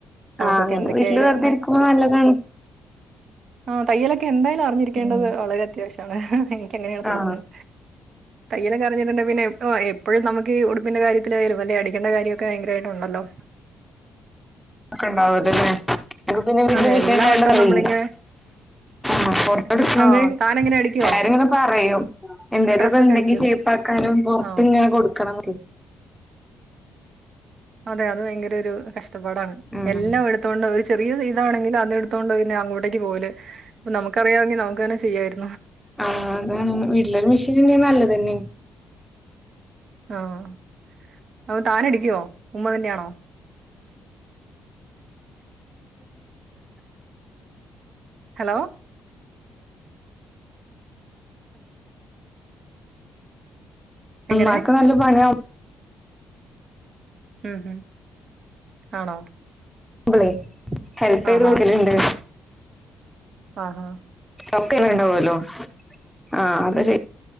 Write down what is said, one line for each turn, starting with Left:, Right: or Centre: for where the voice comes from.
Right: നമുക്കൊക്കെ
Centre: ആഹ് അങ്ങനെ
Right: എന്തൊക്കെയായാലും
Centre: വീട്ടില് വെറുതെ ഇരിക്കുമ്പോ നല്ലതാണ്
Right: ആഹ തയ്യല്ലടിക്ക എന്തായാലും അറിഞ്ഞിരിക്കേണ്ടത്
Centre: ഉം
Right: വളരെ അത്യാവശ്യമാണ് എനക്ക് അങ്ങനെയാണ്
Centre: ആ
Right: തോന്നുന്നത് തയ്യെലൊക്കെ അറിഞ്ഞിട്ടുണ്ടേ പിന്നെ ഓഹ് എപ്പഴും നമുക്ക് ഈ ഉടുപ്പിന്റെ കാര്യത്തിലായാലും അല്ല അടിക്കേണ്ട കാര്യൊക്കെ ഭയങ്കര ഉള്ളല്ലോ
Centre: ഒക്കെ ഉണ്ടാവലല്ലേ അക്ക് പിന്നെ വ
Right: അതെ
Centre: മിഷൻണ്ടറിയില്ല
Right: എല്ലാ വട്ടവും നമ്മളിങ്ങനെ
Centre: ആ പൊറത്ത് എടുക്കുന്നത്
Right: ആ താനെങ്ങനെ അടിക്കുവോ
Centre: എല്ലാരും ഇങ്ങനെ പറയോ എന്തേലും
Right: ഡ്രസ്സൊക്കെ
Centre: ഒക്കെ ഉണ്ടെങ്കി
Right: അടിക്കുവോ
Centre: ഷേപ്പാക്കാനും പൊറത്ത്
Right: ആ
Centre: ഇങ്ങനെ കൊടുക്കണം
Right: അതെ അത് ഭയങ്കര ഒരു കഷ്ട കഷ്ട പാടാണ്
Centre: ഉം
Right: എല്ലാം എടുത്തോണ്ട് ഒരു ചെറിയ <unintelligible> താണെങ്കിൽ അതെടു ത്തോണ്ട് പിന്നെ അങ്ങോട്ടേക്ക് പോകല് നമുക്കറിയാങ്കിൽ നമുക്കന്നെ ചെയ്യാരുന്നു
Centre: ആ അതാണ് വീട്ടിൽ മെഷിൻ ണ്ടങ്കിൽ നല്ലതന്നേണ്
Right: ആ താൻ അടിക്കോ ഉമ്മ തന്നെ ആണോ ഹലോ എങ്ങനെ
Centre: ഉമ്മാക്ക് നല്ല പണി
Right: ഉം ഉം ആണോ
Centre: കുമ്പളേ ഹെല്പ് ചെയ്ത്
Right: ആഹാ
Centre: കൊടുക്കൽ ണ്ട്
Right: ആഹാ
Centre: ഒക്കങ്ങനെണ്ടല്ലോ ആ അത് ശെരി